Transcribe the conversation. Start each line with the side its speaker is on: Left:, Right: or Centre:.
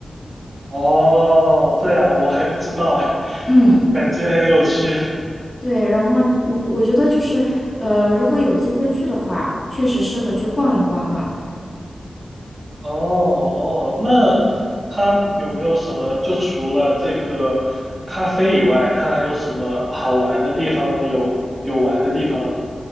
Right: 哦，这样我还不知道哎，
Left: 嗯，
Right: <laughs> 感觉很有趣。
Left: 对，然后我我觉得就是，呃，如果有机会去的话，确实适合去逛一逛那儿。
Right: 哦哦，那它有没有什么？就除了这个咖啡以外，它还有什么好玩的地方吗？有有玩的地方吗？